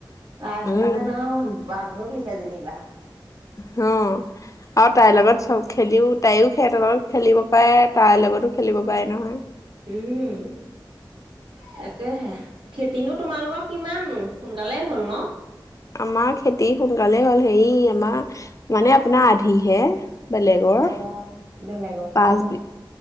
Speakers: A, on the right (about 80°); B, on the left (about 40°).
A: তাইহে,
B: উম
A: যেন আৰু বান্ধৱীহে জেনিবা।
B: <unintelligible> আৰু তাইৰ লগত, চব খেলিও, তাইয়ো, সেহঁতৰ লগত খেলিব পাৰে, তাইৰ লগতো খেলিব পাৰে, নহয়।
A: উম, তাকেহে! খেতিনো, তোমালোকৰ কিমাননো! সোনকালেই হ'ল ন'?
B: আমাৰ খেতি সোনকালে হ'ল। হেৰি, আমাৰ মানে, আপোনাৰ আধিহে। বেলেগৰ
A: অ'! বেলেগৰ
B: পাঁচ
A: খেতি কৰা?
B: বি